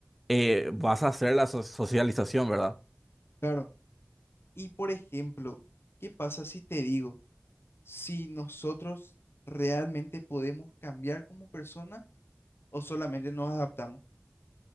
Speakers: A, in the centre; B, on the left.
A: eh, vas a hacer la so- socialización, ¿verdad?
B: Claro. Y por ejemplo, ¿qué pasa si te digo? si nosotros realmente podemos cambiar como persona o solamente nos adaptamos.